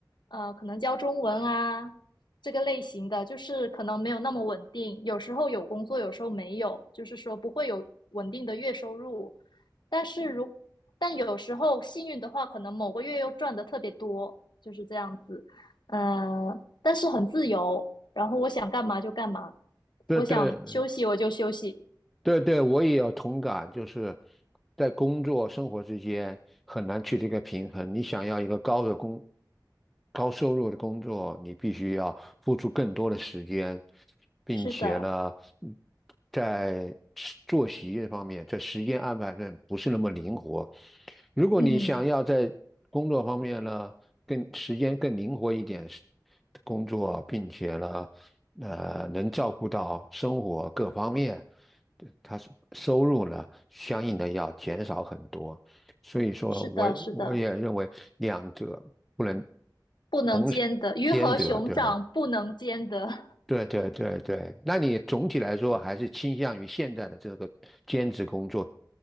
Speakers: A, on the left; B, in the centre.
A: 呃，可能教中文啊，这个类型的，就是可能没有那么稳定，有时候有工作，有时候没有，就是说不会有稳定的月收入。但是如但有时候幸运的话，可能某个月又赚的特别多，就是这样子。嗯、呃但是很自由，然后我想干嘛就干嘛，
B: 对对
A: 我想休息我就休息。
B: 对对，我也有同感，就是在工作生活之间很难去这个平衡。你想要一个高的工、高收入的工作，你必须要付出更多的时间，并且呢，
A: 是的，
B: 嗯在时作息这方面，在时间安排上不是那么灵活。如果你想要在工作方面呢，
A: 嗯，
B: 更时间更灵活一点是工作，并且呢，呃，能照顾到生活各方面。对他是收入呢，相应的要减少很多，所以说我我也认为两者不能
A: 是的，是的，不能兼得，
B: 同时兼得，
A: 鱼和熊掌不能兼得。
B: 对。
A: <laughs>
B: 对对对对，那你总体来说还是倾向于现在的这个兼职工作